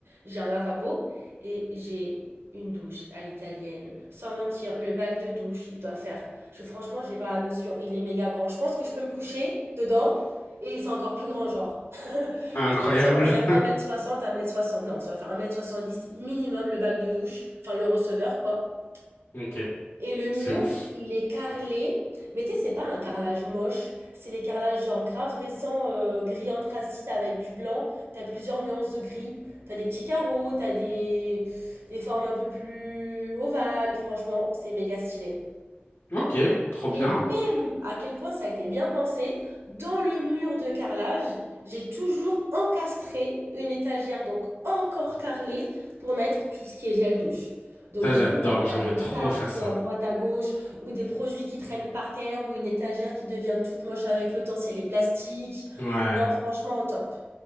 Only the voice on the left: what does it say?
Incroyable.
<laughs>
Ok,
c'est ouf.
Ok, trop
bien.
Ça,
j'adore.
J'aimerais
trop
faire ça.
Ouais,